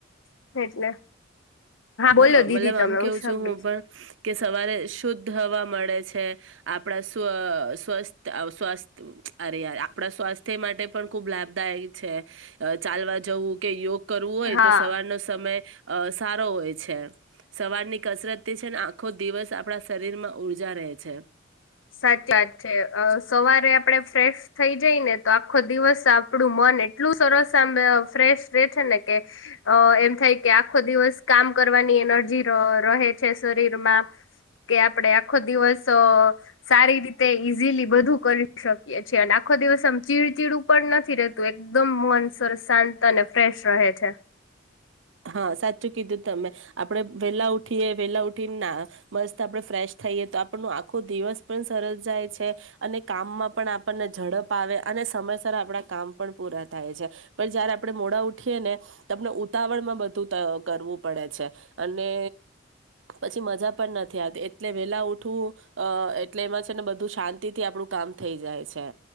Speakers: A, on the left (about 75°); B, on the right (about 70°).
A: એટલે બોલો
B: હા
A: દીદી
B: મતલબ
A: તમે
B: આમ કેવું
A: સાંભળીશ
B: છું હું પણ કે સવારે શુદ્ધ હવા મળે છે આપણા સ્વથ સ્વસ્થ અરેય આપણા સ્વાસ્થ્ય માટે પણ ખુબ લાભદાયક છે ચાલવા જવું કે યોગ કરવું હોય
A: હા
B: તો સવારનો સમય અ સારો હોય સવાર ની કસરત તે છે ને આખો દિવસ આપણા શરીર માં ઉર્જા રહે છે
A: સાચી વાત છે સવારે આપડે ફ્રેશ થઈ જાય ને તો આખો દિવસ આપડું મન એ એટલું સરસ સાંભળ ફ્રેશ રે છે ને કે અ એમ થાય કે આખો દિવસ કામ કરવાની એનર્જી રહે છે શરીરમાં કે આપડે આખો દિવસ સારી રીતે ઈઝીલી બધું કરી શકીએ છીએ, અને આખો દિવસ આમ ચી ચીડું ઉપ નથી રહેતુંમ એકદમ મન સરસ શાંત અને ફ્રેશ રહે છે,
B: હા સાચું કીધું તમે આપડે વેલા ઉઠીએ વેલા ઉઠીને ના મસ્ત આપડણે ફ્રેશ થઈએ, તો આપણનો આખો દિવસ પણ સરળ જાય છે, અને કામમાં પણ આપણને ઝડપ આવે અને સમજ આપણા કામ પણ પૂરા થાય છે, પણ જયારે આપણે મોડા ઉઠીએ ને આપને ઉતાવળ બધું કરવું પડે છે અને પછી મજા પણ નથી આવતી એટલે વેલા ઉઠવું અ એટલે એમાં છે, ને બધું શાંતિ થી આપડું કામ થઈ જાય છે.